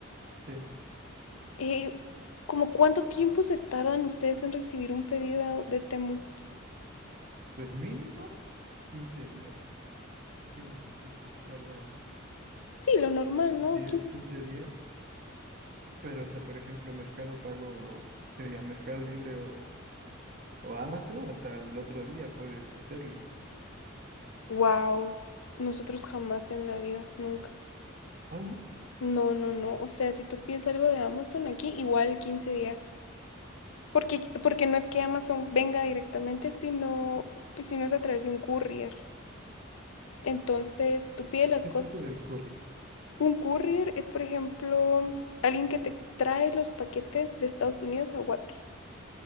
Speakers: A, on the right (about 45°); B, on the left (about 85°).
A: Sí.
B: Eh, ¿como cuánto tiempo se tardan ustedes en recibir un pedido de Temu?
A: Pues mínimo 15 días. Yo creo que sí, sí se tardan
B: Sí, lo normal,
A: los
B: ¿no?
A: 10 15 días. Pero, o sea, por ejemplo, Mercado Pago, que diga Mercado Libre o, o Amazon, hasta el otro día puedes hacerle.
B: Wow, nosotros jamás en la vida, nunca.
A: Ah, ¿no?
B: No, no, no. O sea, si tú pides algo de Amazon aquí, igual 15 días. Porque, porque no es que Amazon venga directamente, sino, pues, sino es a través de un courier. Entonces, tú pides las
A: ¿Qué
B: cosas.
A: es eso del courier?
B: Un courier es, por ejemplo, alguien que te trae los paquetes de Estados Unidos a Guate,